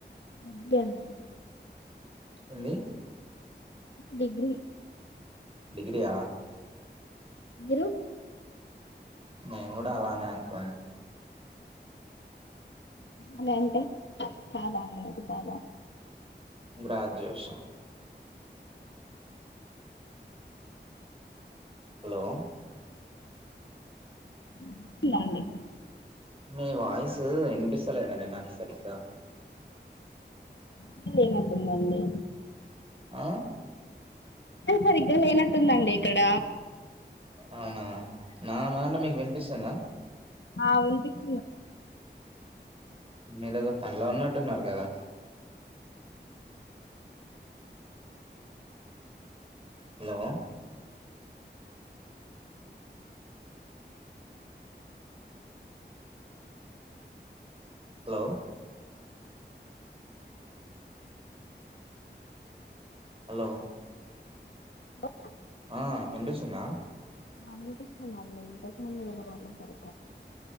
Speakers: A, on the left; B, on the right.
A: డిగ్రీ అన్నయ్య
B: ఏంది
A: డిగ్రీ
B: డిగ్రీ ఆ
A: మీరు
B: నేను కూడా అలానే అనుకోండి
A: అదే అంటే కాదా అండి అది కాదా
B: గ్రాడ్యుయేషన్ హలో
A: వినిపిస్తుందా అండి
B: మీ వాయిసు వినిపిస్తలేదండి నాకు సరిగ్గా
A: సిగ్నల్ లేనట్టు ఉందండి
B: ఆ
A: సిగ్నల్ సరిగ్గా లేనట్టుందండి ఇక్కడ
B: అవునా నా మాట మీకు వినిపిస్తుందా
A: ఆ వినిపిస్తుందం
B: మీరు ఏదో పనిలో ఉన్నట్టున్నారు కదా హలో హలో హలో
A: లో
B: ఆ వినిపిస్తుందా
A: ఆ వినిపిస్తుందండి ఇంత ముందుకు వినబలే సరిగా